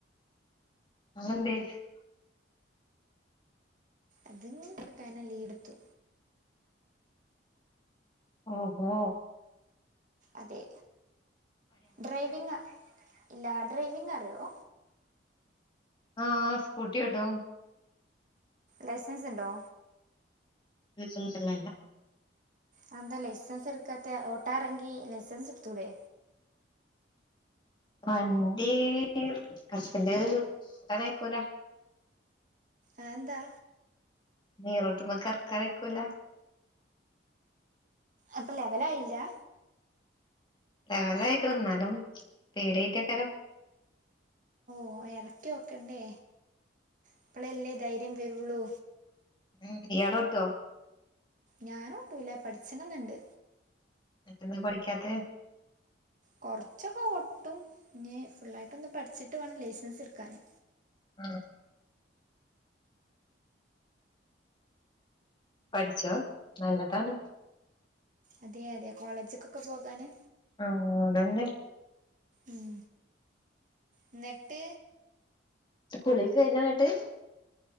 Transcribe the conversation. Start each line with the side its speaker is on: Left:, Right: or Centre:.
Left: അതെന്തേ?
Right: അത് <unintelligible> കരണം ലീവെടുത്തു
Left: ഓഹോ
Right: അതെ ഡ്രൈവിംഗ് ഇല്ല ഡ്രൈവിംഗ് അറിയോ
Left: ആഹ് സ്കൂട്ടി ഓട്ടും
Right: ലൈസൻസ് ഇണ്ടോ
Left: ലൈസൻസ് ഇല്ല
Right: എഹ് ന്താ ലൈസൻസ് എടുക്കാത്ത ഓട്ടോറങ്കി ലൈസൻസ് എടുത്തൂടെ
Left: വണ്ടി ഹസ്ബൻ്റ് ഓട്ടനയക്കൂല
Right: ആഹ് ന്താ
Left: നീ റോട്ടുമക്കർക്കറക്കൂലാ
Right: അപ്പം ലെവലായില്ലാ
Left: ലവലായിക്ക്ണ് എന്നാലും പേടിയായിറ്റക്കാലം
Right: ഓ എറക്കി ഓക്കണ്ടേ ഇപ്പൊളല്ലേ ധൈര്യം വരുള്ളൂ
Left: ഉം ഇയാളോട്ടോ?
Right: ഞാനോട്ടൂല പഠിച്ചണന്നണ്ട്
Left: എന്തങ്ങള് പടിക്കാത്തെ
Right: കുറച്ചൊക്കെ ഓട്ടും ഇനി ഫുള്ളായിട്ടൊന്ന് പഠിച്ചിട്ട് വേണം ലൈസൻസ് എടുക്കാന്
Left: ആഹ് പഠിച്ചോ നല്ലതാണ്
Right: അതെയതെ കോളേജിക്കൊക്കെ പോകാന്
Left: ആഹ് അതന്നെ
Right: ഉം എന്നിട്
Left: കുളിയൊക്കെയിഞ്ഞന്നിട്ടെ